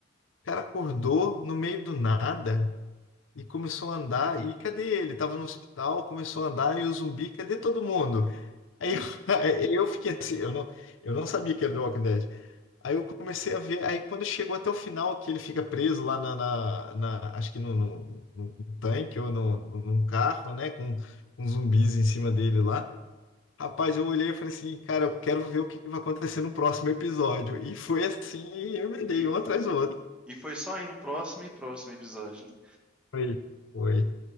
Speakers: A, on the left; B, in the centre.
A: o cara acordou no meio do nada. e começou a andar. E cadê ele? Tava no hospital, começou a andar e o zumbi, cadê todo mundo? Aí
B: <laughs>
A: eu, <laughs> aí eu fiquei assim, eu não, eu não sabia que era The Walking Dead. Aí eu comecei a ver, aí quando chegou até o final, que ele fica preso lá na, na, na- acho que no, no, no- no tanque ou no, num carro, né, com, com zumbis em cima dele lá. Rapaz, eu olhei e falei assim, cara, eu quero ver o que que vai acontecer no próximo episódio. E foi assim, eu me dei
B: E,
A: um atrás do outro.
B: e foi só aí no próximo e próximo episódio, né?
A: Foi, foi,